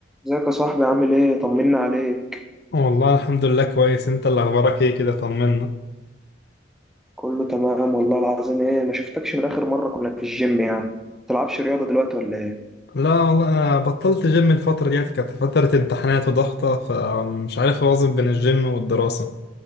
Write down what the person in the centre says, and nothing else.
ازيك يا صاحبي عامل ايه طمنا عليك
كله تمام والله العظيم ايه ما شفتكش من اخر مره كنا في الجيم يعني تلعبش رياضه دلوقتي ولا ايه